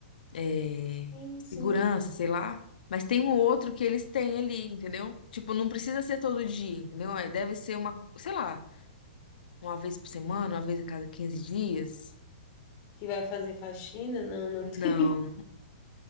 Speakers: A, on the left; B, on the left.
A: é,
B: sim. sim.
A: segurança, sei lá. Mas tem um outro que eles têm ali, entendeu? Tipo, não precisa ser todo dia, entendeu? É, Deve ser uma, sei lá, uma vez por semana, uma vez a cada 15 dias.
B: Que vai fazer faxina? Não, não tem.
A: Não,